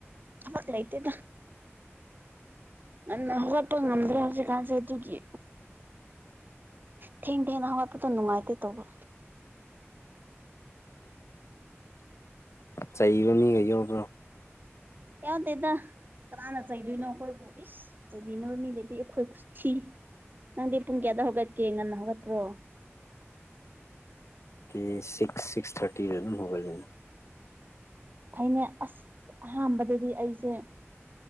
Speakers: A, on the right (about 45°); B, on the left (about 75°).
A: ꯊꯕꯛ ꯂꯩꯇꯦꯗ ꯉꯟꯅ ꯍꯧꯒꯠꯄ ꯉꯝꯗ꯭ꯔꯦ ꯍꯧꯖꯤꯛꯀꯥꯟꯁꯦ ꯑꯗꯨꯒꯤ ꯊꯦꯡ ꯊꯦꯡꯅ ꯍꯧꯒꯠꯄꯗꯣ ꯅꯨꯡꯉꯥꯏꯇꯦ ꯇꯧꯕ
B: ꯆꯩꯕ ꯃꯤꯒ ꯌꯧꯕ꯭ꯔꯣ
A: ꯌꯥꯎꯗꯦꯗ ꯀꯅꯥꯅ ꯆꯩꯗꯣꯏꯅꯣ ꯑꯩꯈꯣꯏꯕꯨ ꯏꯁ ꯆꯩꯕꯤꯅꯕ ꯃꯤ ꯂꯩꯗꯤ ꯑꯩꯈꯣꯏ ꯈꯨꯠꯁꯤ ꯅꯪꯗꯤ ꯄꯨꯡ ꯀꯌꯥꯗ ꯍꯧꯒꯠꯀꯦ ꯉꯟꯅ ꯍꯧꯒꯠꯄ꯭ꯔꯣ
B: ꯑꯩ ꯁꯤꯛꯁ ꯁꯤꯛꯁ ꯊꯥꯔꯇꯤꯗ ꯑꯗꯨꯝ ꯍꯧꯒꯠꯂꯦ
A: ꯐꯩꯅꯦ ꯑꯁ ꯑꯍꯥꯟꯕꯗꯗꯤ ꯑꯩꯁꯦ